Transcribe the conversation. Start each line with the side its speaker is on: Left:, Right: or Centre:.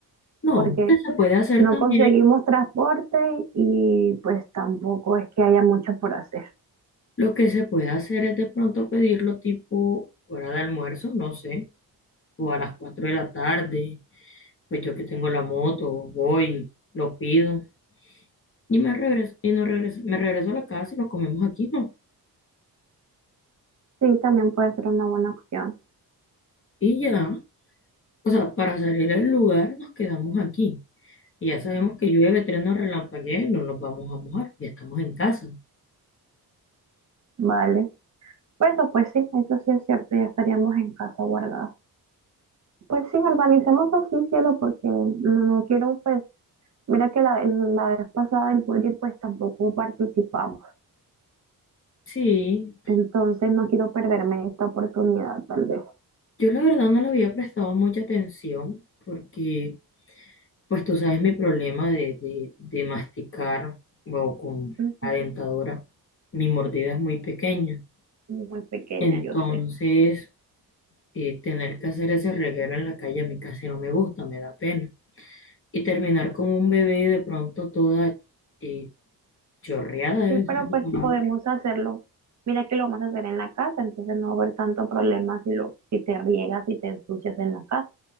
Left: no,
Right: porque
Left: lo que se puede hacer
Right: no
Left: también
Right: conseguimos transporte y pues tampoco es que haya mucho por hacer.
Left: Lo que se puede hacer es de pronto pedirlo tipo hora de almuerzo, no sé, o a las 4 de la tarde, pues yo que tengo la moto, voy, lo pido y me regreso, y no regreso, me regreso a la casa y lo comemos aquí, ¿no?
Right: Sí, también puede ser una buena opción,
Left: Y ya, o sea, para salir del lugar nos quedamos aquí. Y ya sabemos que llueve, trueno, relampaguee, no nos vamos a mojar, ya estamos en casa.
Right: ¿vale? Pues eso, pues sí, eso sí es cierto, ya estaríamos en casa guardados. Pues sí, organicemos así, cielo, porque no, no quiero, pues, mira que la, la vez pasada el Burger pues tampoco participamos
Left: Sí,
Right: Entonces no quiero perderme esta oportunidad, tal vez.
Left: yo la verdad no le había prestado mucha atención porque Pues tú sabes mi problema de, de, de masticar o con
Right: Ujú,
Left: la dentadura. Mi mordida es muy pequeña.
Right: Muy pequeña,
Left: Entonces,
Right: yo sé.
Left: eh, tener que hacer ese reguero en la calle a mí casi no me gusta, me da pena. Y terminar como un bebé de pronto toda eh, chorreada, debe
Right: Sí,
Left: ser
Right: pero pues
Left: la palabra.
Right: podemos hacerlo. Mira que lo vamos a hacer en la casa, entonces no va a haber tanto problema si lo, si te riegas y te ensucias en la casa.